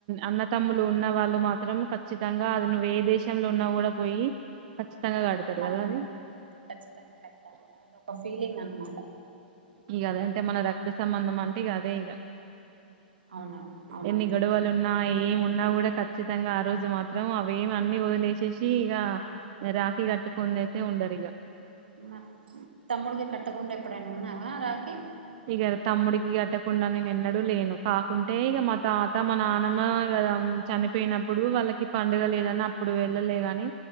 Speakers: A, on the right; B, on the right.
A: అన్న తమ్ములు ఉన్న వాళ్ళు మాత్రం ఖచ్చితంగా అది నువవు ఏ దేశంలో ఉన్నా కూడా పోయి ఖచ్చితంగా కడతారు
B: అవును
A: కదా అది
B: ఖచ్చితంగా కట్టాలి అదొ ఒక ఫీలింగ్ అనమాట
A: ఇక అదే అంటే మన రక్త సంబంధం అంటే ఇ అదే ఇక
B: అవునా అవునా
A: ఎన్ని
B: అక్క
A: గడువలు ఉన్నాయి ఏమున్నా కూడా ఖచ్చితంగా ఆ రోజు మాత్రం అవేమి అన్ని వదిలేసేసి ఇక రాఖీ కట్టుకుంద అయితే ఉండరు ఇక
B: మ తమ్ముడికి కట్టకుండా ఎప్పుడైనా ఉన్నా ఆ రాత్ర
A: ఇక తమ్ముడికి గట కాకుండా నేను ఎన్నడూ లేను కాకుంటే ఇక మా తాత మా నానమ్మ ఇ చనిపోయినప్పుడు వాళ్ళకి పండుగ లేదని అప్పుడు వెళ్ళలే గాని